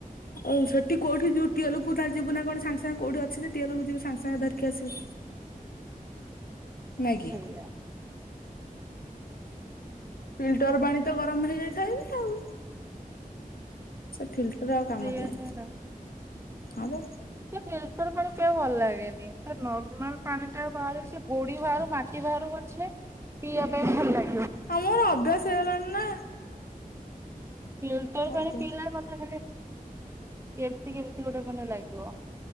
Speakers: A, on the left; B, on the right.
A: ହଉ ସେଠି କୋଉଠି ଯଉ ଟିଏଲୁକୁ ତା ଯୁ ନା କଣ ସାଙ୍ଗ ସାଙ୍ଗ କୋଉଠି ଅଛି ଯେ ଟିଏଲକୁ ଯିବ ସାଙ୍ଗ ସାଙ୍ଗ ଧରିକି ଆସିବୁ। ନାଗି।
B: ସେଇଆ
A: ଫିଲ୍ଟର ପାଣି ତ ଗରମ ହେଇଯାଇଥାଏ ବି ଆଉ। ସେ ଫିଲ୍ଟର ଆଉ କାମ
B: ସେଇଆ
A: ଦିଏନି।
B: ନୁହେଁ ନା
A: ହଁ ପା।
B: ସେ ଫିଲଟର ପାଣି ପିଆକୁ ଭଲ ଲାଗେନି ନର୍ମାଲ ପାଣି ଟା ବାହାରେ ସେ ଗୋଡି ବାହାରୁ ମାଟି ବାହାରୁ ଅଛେ ପିଇବା ପାଇଁ ଭଲ ଲାଗେ।
A: ଆମର ଅଭ୍ୟାସ ହେଇଗଲାଣି ନା?
B: ଫଟର
A: ଅଭ୍ୟା
B: ପାଣି ପିଇ <unintelligible> କେମତି କେମିତି ଗୋଟେ ମାନେ ଲାଗିବ?